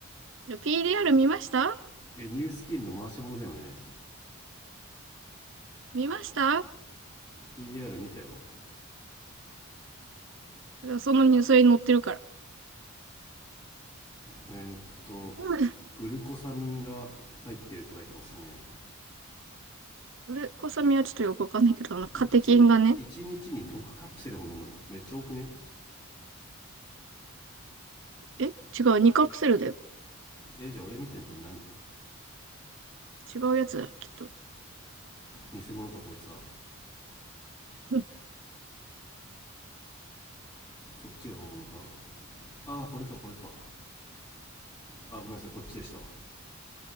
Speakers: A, on the right; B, on the left.
A: PDR 見ました
B: うえニュースキンの回し物だよね
A: 見ました
B: PR 見たよ
A: そのニュースに載ってるから。
B: えーっと、
A: うん
B: グルコサミンが入ってるって書いてますね。
A: ウレコサミはちょっとよくわかんないけど、あの、カテキンがね、
B: 1、一日に6カプセルも飲むの。めっちゃ多くね
A: え違う、2カプセルだよ。
B: えーじゃあ俺見てんのこれ何
A: 違うやつだ、きっと。
B: 偽物かこいつは。
A: <laughs> うん
B: こっちが本物かああ、これかこれか。あー、ごめんなさい、こっちでしたわ。